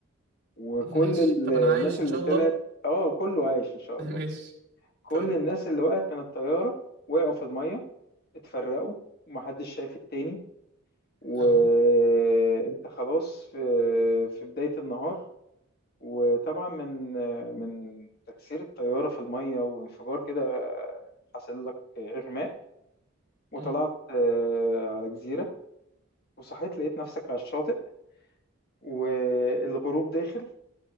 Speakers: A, on the left; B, on the right.
A: وكل
B: <laughs> ماشي
A: ال-
B: طب
A: الناس
B: انا عايش
A: اللي
B: ان شاء
A: طلعت
B: الله
A: اه كله عايش ان شاء
B: <laughs>
A: الله
B: ماشي
A: كل
B: طيب
A: الناس اللي وقعت من الطيارة وقعوا في المية اتفرقوا ومحدش شايف التاني وانت
B: اهو
A: خلاص في في بداية النهار وطبعا من من تكسير الطيارة في المية وانفجار كده حصل لك إغماء وطلعت
B: مم.
A: آه، على جزيرة وصحيت لقيت نفسك على الشاطئ والغروب داخل